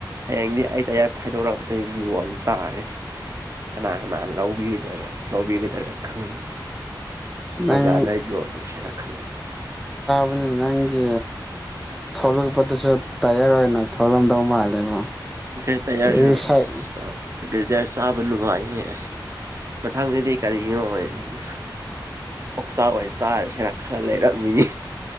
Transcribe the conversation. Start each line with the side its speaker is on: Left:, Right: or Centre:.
Right: ꯍꯌꯦꯡꯗꯤ ꯑꯩ ꯇꯌꯥꯔ ꯐꯥꯏꯗꯣꯔꯛꯄꯗ ꯌꯣꯟꯜ ꯇꯥꯔꯦ ꯀꯅꯥ ꯀꯅꯥ ꯂꯧꯕꯤꯗ ꯂꯧꯕꯤꯔꯤꯗꯅ ꯈꯪ
Centre: ꯅꯪ
Right: ꯕꯖꯥꯔꯗ ꯌꯣꯜꯂꯨꯁꯤꯔ ꯈꯪꯗ‌ꯦ
Centre: ꯑꯩꯈꯣꯏꯅ ꯅꯪꯒꯤ ꯊꯣꯛꯂꯛꯄꯗꯨꯁꯨ ꯇꯌꯥꯔ ꯑꯣꯏꯅ ꯊꯣꯛꯂꯝꯗꯧ ꯃꯥꯜꯂꯦꯕꯣ
Right: ꯑꯁ ꯒꫪ‌ꯏꯌꯥꯔꯁꯨ
Centre: ꯔꯤꯁꯥꯏ
Right: ꯀ ꯇꯔꯁꯨ ꯆꯥꯕ ꯅꯨꯡꯉꯥꯏꯍ ꯑꯁ ꯃꯊꯪꯗꯗꯤ ꯀꯔꯤꯅꯣ ꯑꯣꯛꯆꯥꯛ ꯑꫭꯏꯅ ꯆꯥꯔꯦꯁꯤꫪ ꯈꯜ ꯂꯩꯔꯝꯃꯤꯅꯤ